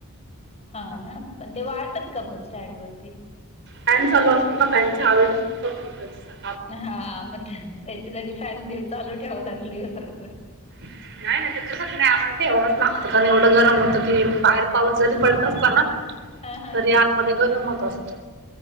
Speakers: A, on the left; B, on the right.
A: हा ना पण ते वाढतात का पण स्टँड वरती
B: फॅन चालू असतो ना त्यांच्या हवणे सुक <unintelligible>
A: हा म त्याच्यासाठी फॅन दि चालू ठेवा लागेल दिवसरात्र
B: नाही नाहीस त्याच्या साठी नाही आम्हाला ठेवावंच लागतं कारण एवढं गरम होतं की बाहेर पाऊस जरी पडत असता ना
A: हा हा
B: तरी
A: हा
B: आतमध्ये गरम होत असतो